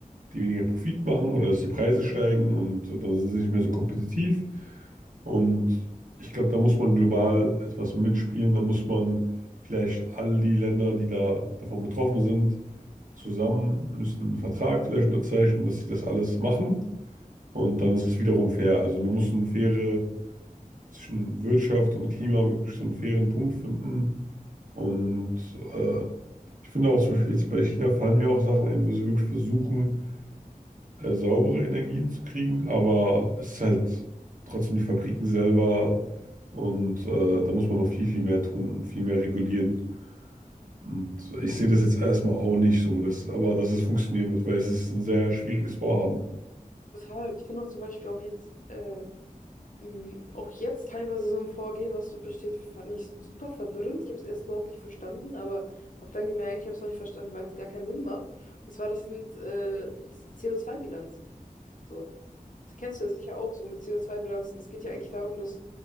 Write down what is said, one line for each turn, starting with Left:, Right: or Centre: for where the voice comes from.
Right: die weniger Profit machen oder dass die Preise steigen und dann sind sie nicht mehr so kompetitiv. Und ich glaube, da muss man global etwas mitspielen. Da muss man vielleicht all die Länder, die da davon betroffen sind, zusammen, müssen einen Vertrag vielleicht unterzeichnen, dass sie das alles machen. Und dann ist es wiederum fair. Also man muss so eine faire, zwischen Wirtschaft und Klima wirklich so einen fairen Punkt finden. Und äh, ich finde auch zum Beispiel jetzt bei China fallen mir auch Sachen ein, wo sie wirklich versuchen, äh, saubere Energien zu kriegen. Aber es ist halt trotzdem die Fabriken selber. Und äh, da muss man noch viel, viel mehr tun und viel mehr regulieren. Und ich sehe das jetzt erstmal auch nicht so, dass, aber dass es funktionieren wird, weil es ist ein sehr schwieriges Vorhaben.
Left: Total. Ich finde auch zum Beispiel auch jetzt äh, Mm, Auch jetzt teilweise so ein Vorgehen, was so besteht, fand ich super verwirrend. Ich habe es erst überhaupt nicht verstanden, aber habe dann gemerkt, ich habe es auch nicht verstanden, weil es gar keinen Sinn macht. Und zwar, das sind äh, CO2-Bilanzen. So, das kennst du ja sicher auch so mit CO2-Bilanzen. Es geht ja eigentlich darum, dass